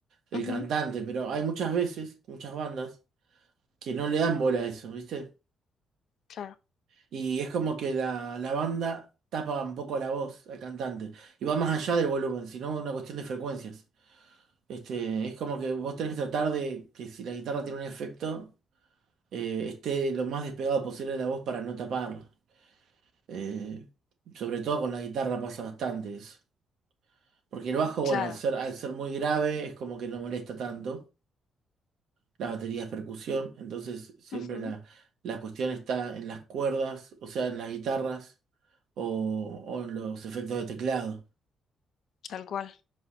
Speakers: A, on the right; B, on the left.
A: el
B: Ujú,
A: cantante, pero hay muchas veces, muchas bandas, que no le dan bola a eso, ¿viste?
B: Claro,
A: Y es como que la, la banda tapa un poco la voz al cantante. Y va más allá del volumen, sino una cuestión de frecuencias. Este, es como que vos tenés que tratar de que si la guitarra tiene un efecto, eh, esté lo más despegado posible de la voz para no taparlo. Eh, sobre todo con la guitarra pasa bastante eso. Porque el bajo,
B: claro.
A: bueno, al ser, al ser muy grave, es como que no molesta tanto. las baterías percusión, entonces siempre
B: Ujú,
A: la, la cuestión está en las cuerdas, o sea, en las guitarras o, o en los efectos de teclado.
B: Tal cual,